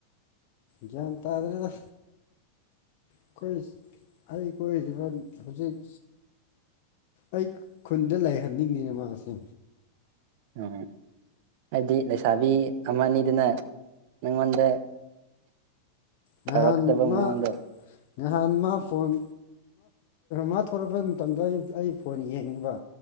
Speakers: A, on the left; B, on the right.
A: ꯒ꯭ꯌꯥꯟ ꯇꯥꯗ꯭ꯔꯦꯗ꯫ ꯑꯩꯈꯣꯏ ꯑꯩ ꯀꯣꯏꯔꯤꯕ ꯍꯧꯖꯤꯛ ꯑꯩ ꯈꯨꯟꯗ ꯂꯩꯍꯟꯅꯤꯡꯉꯤꯅ ꯃꯥꯁꯦ꯫
B: ꯎꯝ ꯍꯥꯏꯗꯤ ꯂꯩꯁꯥꯕꯤ ꯑꯃꯅꯤꯗꯨꯅ ꯅꯪꯉꯣꯟꯗ꯫
A: ꯉꯍꯥꯟ
B: ꯇꯧꯔꯛꯀꯗꯕ
A: ꯃꯥ
B: ꯃꯑꯣꯡꯗꯣ
A: ꯉꯍꯥꯟ ꯃꯥ ꯐꯣꯟ ꯃꯥ ꯊꯣꯛꯂꯥꯛꯄ ꯃꯇꯝꯗ ꯑꯩ ꯑꯩ ꯐꯣꯟ ꯌꯦꯡꯉꯤꯕ